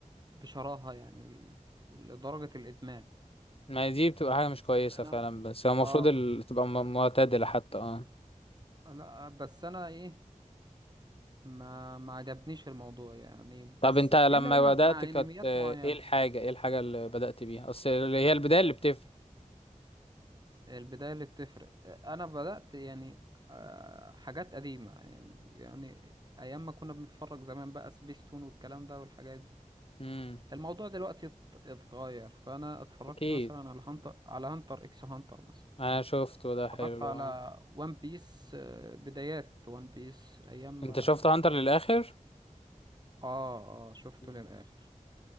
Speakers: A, on the right; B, on the left.
A: بشراهة يعني ل- لدرجة الإدمان
B: ما هي دي بتبقى حاجه مش كويسه
A: أنا
B: فعلا بس هو المفروض
A: آه
B: ال- تبقى م- معتدله حتى اه
A: لا بس أنا إيه ما ما عجبنيش الموضوع يعني بس
B: طب انت
A: إلا
B: لما بدأت
A: مع
B: كانت
A: أنميات
B: آه،
A: معينة
B: ايه الحاجة ايه الحاجة اللي بدأت بيها اصل اللي هي البداية اللي بتفرق
A: البداية اللي بتفرق أنا بدأت يعني آه، حاجات قديمة يعني يعني أيام ما كنا بنتفرج زمان بقى سبيستون والكلام ده والحاجات دي
B: امم
A: الموضوع دلوقتي ات- اتغير فأنا اتفرجت
B: اكيد
A: مثلا على هانتر على هانتر إكس هانتر مثلا
B: انا شفته ده حلو
A: اتفرجت على
B: آه.
A: ون بيس بدايات ون بيس ايام
B: انت
A: اه
B: شفت هانتر للآخر
A: اه شفته
B: مم.
A: للاخر